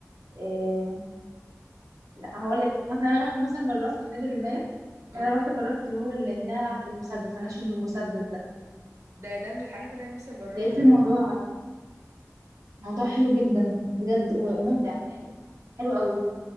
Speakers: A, on the right; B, on the right.
A: آه، لا هقول لك مثلا انا رحت مثلا جربت في نادي الرمايه يعني
B: اه
A: انا رحت جربت اللي هو اللي ان انا العب بالمسدس انشن بالمسدس ده
B: ده ده من الحاجات اللي انا نفسي اجربها
A: لقيت الموضوع
B: أوي
A: موضوع حلو جدا بجد و- وممتع يعني حلو قوي